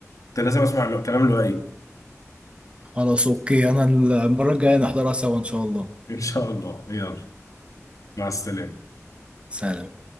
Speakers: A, on the left (about 85°); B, on the right (about 20°).
A: انت لازم اسمع الكلام اللي قايل
B: خلاص اوكي انا المرة الجاية نحضرها سوا ان شاء الله
A: ان شاء الله يلا مع السلامه
B: سلام